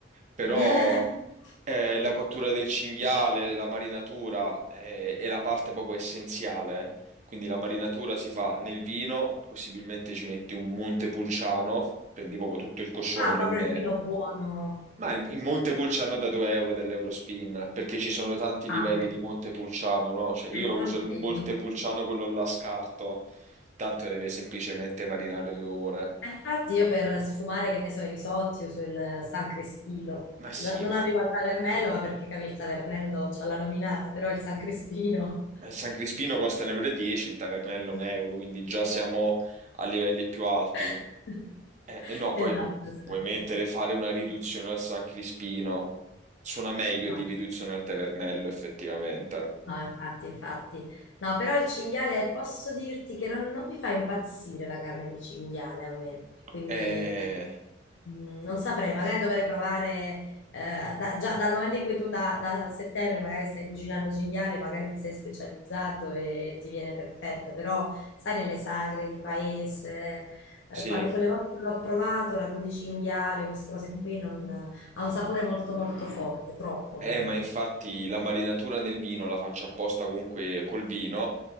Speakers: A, on the right; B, on the left.
A: Però
B: <laughs>
A: eh, la cottura del cinghiale, la marinatura eh, è la parte proprio essenziale, quindi la marinatura si fa nel vino, possibilmente ci metti un Montepulciano, prendi proprio tutto il coscione,
B: ah,
A: lo
B: proprio
A: immergi
B: il vino buono.
A: ma il- in Montepulciano da 2 euro dell'Eurospin, perché ci sono tanti livelli
B: Ah, ok.
A: di Montepulciano, no? Cioè io
B: E Infatti,
A: uso il Montepulciano,
B: e
A: quello là scarto, tanto deve semplicemente marinare due ore.
B: infatti io per sfumare, che ne so, i risotti uso il San Crispino.
A: Ma sì,
B: No- non
A: ma
B: arrivo al tavernello, ma perché capi, il tavernello c'ha la nominata, però il San Crispino.
A: il San Crispino costa 1,10 euro, e dieci, il Tavernello
B: <laughs>
A: 1 euro, quindi già siamo a livelli più alti.
B: <laughs>
A: Eh, E, no, poi
B: Esatto,
A: mm,
B: esatto.
A: vuoi mettere, fare una riduzione al San Crispino, suona meglio
B: Male.
A: di riduzione al Tavernello, effettivamente.
B: No, infatti, infatti. No, però il cinghiale, posso dirti che non, non mi fa impazzire la carne di cinghiale a me, quindi
A: Eh,
B: mm, non saprei, magari dovrei provare, eh, da- già dal momento in cui tu da, da settembre magari stai cucinando cinghiale, magari ti sei specializzato e ti viene perfetto, però sai, nelle sagre di paese, eh,
A: sì.
B: quando quelle volte che l'ho provato, ragù di cinghiale, queste cose qui, non- ha un sapore molto molto forte, troppo
A: Eh,
B: per me.
A: ma infatti la marinatura nel vino la faccio apposta comunque col vino,